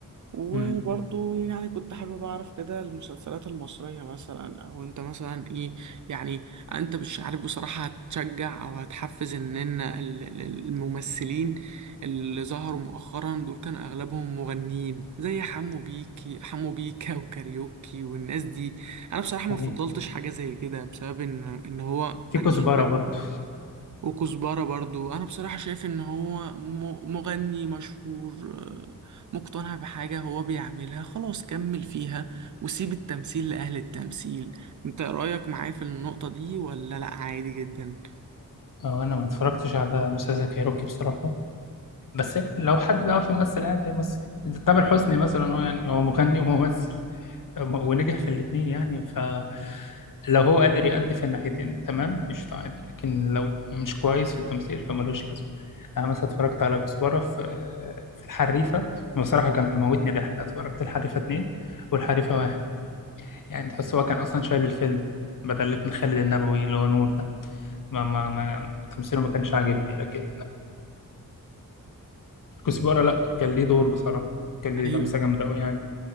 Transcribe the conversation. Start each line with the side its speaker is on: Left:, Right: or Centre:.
Right: وبرضو
Left: امم
Right: يعني كنت حابب أعرف كده المسلسلات المصرية مثلا أو أنت مثلا إيه يعني أنت مش عارف بصراحة هتشجع أو هتحفز إن إن ال- ال- الممثلين اللي ظهروا مؤخرا دول كان أغلبهم مغنيين زي حمو بيكي حمو بيكا وكاريوكي والناس دي أنا بصراحة
Left: صحيح
Right: ما فضلتش حاجة زي كده بسبب إن إن هو
Left: في
Right: أنا
Left: كزبرة
Right: شايف
Left: برضو
Right: وكزبرة برضو أنا بصراحة شايف إن هو م- مغني مشهور آه، مقتنع بحاجة هو بيعملها خلاص كمل فيها وسيب التمثيل لأهل التمثيل أنت رأيك معايا في النقطة دي ولا لأ عادي جدا؟
Left: أو أنا ما اتفرجتش على مسلسل كايروكي بصراحة بس لو حد بيعرف يمثل عادي هيمثل إذا تامر حسني مثلا هو يعني هو مغني وممثل م- ونجح في الاتنين يعني ف لو هو قادر يأدي في الناحيتين تمام قشطة عادي لكن لو مش كويس في التمثيل فملوش لازمة أنا مثلا اتفرجت على كزبرة في في الحريفة بصراحة كان موتني ضحك اتفرجت الحريفة اتنين والحريفة واحد يعني تحس هو كان أصلا شايل الفيلم بدل ابن خالد النبوي اللي هو نور ده ما ما ما تمثيله ما كانش عاجبني لكن كزبرة لأ كان ليه دور بصراحة كان ليه
Right: أيوة
Left: لمسة جامدة أوي يعني